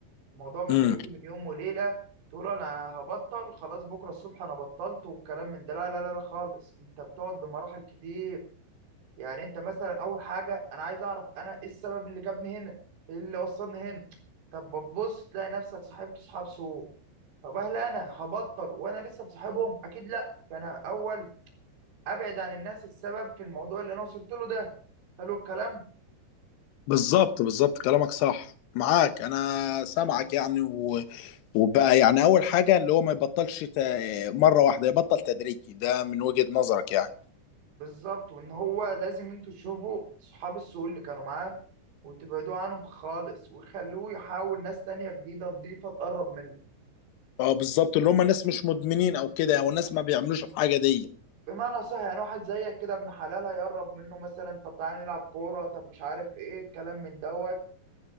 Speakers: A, on the right (about 80°); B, on the left (about 75°).
A: الموضوع مش
B: امم
A: هيجي من يوم وليله تقول انا هبطل خلاص بكره الصبح انا بطلت والكلام من ده لا لا لا لا خالص انت بتقعد بمراحل كتير يعني انت مثلا اول حاجه انا عايز اعرف انا ايه السبب اللي جابني هنا ايه اللي وصلني هنا طب بتبص تلاقي نفسك صاحبت اصحاب سوء طب هل انا هبطل وانا لسه بصاحبهم اكيد لا فانا اول ابعد عن الناس السبب في الموضوع اللي انا وصلت له ده حلو الكلام
B: بالظبط بالظبط كلامك صح معاك انا سامعك يعني و... وبقى يعني اول حاجه اللي هو ما يبطلش ت... مره واحده يبطل تدريجي ده من وجهه نظرك يعني
A: بالظبط وان هو لازم انتوا تشوفوا صحاب السوق اللي كانوا معاه وتبعدوا عنهم خالص وخلوه يحاول ناس تانية جديدة نضيفة تقرب منه
B: اه بالظبط اللي هم ناس مش مدمنين او كده يعني، والناس ما بيعملوش الحاجه دي
A: بمعنى صح يعني واحد زيك كده ابن حلال هيقرب منه مثلا طب تعالى نلعب كورة طب مش عارف ايه الكلام من دوت